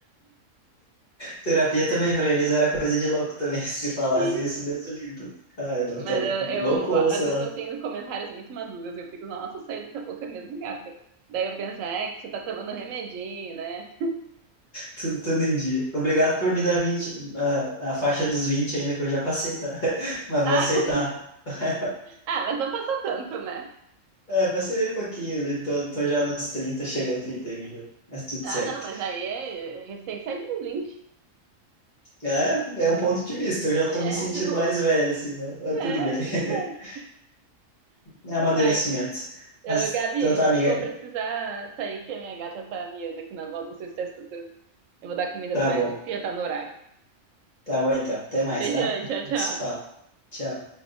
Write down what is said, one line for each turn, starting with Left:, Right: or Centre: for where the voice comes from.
Left: Terapia também para eles era coisa de louco também, <laughs> se falasse
Right: Sim.
Left: isso, Deus o livre. Ah, não,
Right: Mas
Left: tá lou-
Right: eh,
Left: louco
Right: eu,
Left: ou
Right: às
Left: sei
Right: vezes
Left: lá,
Right: eu tenho comentários muito maduros, eu fico, nossa, saiu da tua boca mesmo, gata. Daí eu penso, é que você tá tomando remedinho, né?
Left: tudo, tudo em dia. Obrigado por me dar 20, ah, a faixa dos 20 ainda que eu já passei, tá? <laughs> Mas
Right: Ah,
Left: vou aceitar.
Right: <laughs>
Left: <laughs>
Right: ah, mas não passou tanto, né?
Left: É, passei bem pouquinho ali, tô, tô já nos 30 chegando 31 já, mas tudo
Right: Ah,
Left: certo.
Right: não, mas aí é recém saiu dos 20.
Left: É, é um ponto de vista, eu já tô
Right: É,
Left: me sentindo
Right: tipo,
Left: mais velho, assim, mas, mas
Right: É,
Left: tudo bem.
Right: é verdade.
Left: <laughs> É amadurecimento.
Right: Ai,
Left: Mas,
Right: ô, Gabi,
Left: então tá, amiga,
Right: eu vou precisar sair, que a minha gata tá miando aqui na volta, não sei se você tá escutando. Eu vou dar comida
Left: tá
Right: pra
Left: bom,
Right: ela, porque já tá no horário.
Left: tá bom então, até mais,
Right: Beijão,
Left: tá?
Right: tchau,
Left: A
Right: tchau.
Left: gente se fala. Tchau.